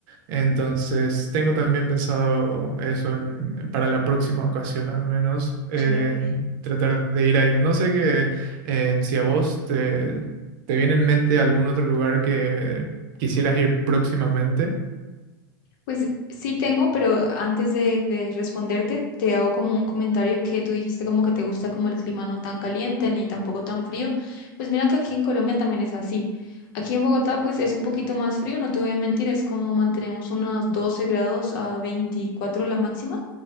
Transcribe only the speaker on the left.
chévere.
Pues sí tengo, pero antes de, de responderte, te hago como un comentario que tú dijiste como que te gusta como el clima no tan caliente ni tampoco tan frío. Pues mira que aquí en Colombia también es así. Aquí en Bogotá pues es un poquito más frío, no te voy a mentir, es como mantenemos unos 12 grados a 24 la máxima